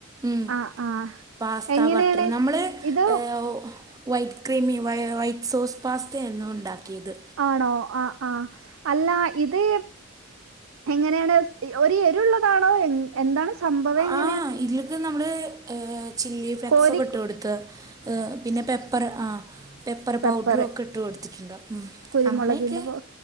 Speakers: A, on the right; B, on the right.
A: ഉം
B: ആഹ് ആഹ്
A: പാസ്ത
B: എങ്ങനെയാണ്
A: ബട്ട്റ് നമ്മള്
B: ഇത്
A: ഏഹ് വൈറ്റ് ക്രീം യൂ വൈ വൈറ്റ് സോസ് പാസ്തയായിരുന്നു ഉണ്ടാക് ക്കീത്
B: ആണോ ആഹ് ആഹ് അല്ലാ ഇത് എങ്ങനെയാണ് ഒരു എരുള്ളതാണോ എഹ് എന്താണ് സംഭവം എങ്ങ
A: ആഹ് ഇതിലൊക്കെ നമ്മള് ഏഹ് ചില്ലി ഫ്ലക്സൊക്കെ
B: കോരി
A: ഇട്ട് കൊടുത്ത് ഏഹ് പിന്നെ പെപ്പറ് ആഹ് പെപ്പർ
B: പെപ്പറ്
A: പൗഡറും ഒക്കെ ഇട്ട് കൊടുത്തിട്ടുണ്ടവും ഉം
B: കുരുമുളകിന്റെ
A: അങ്ങനെയൊക്കെ
B: പോ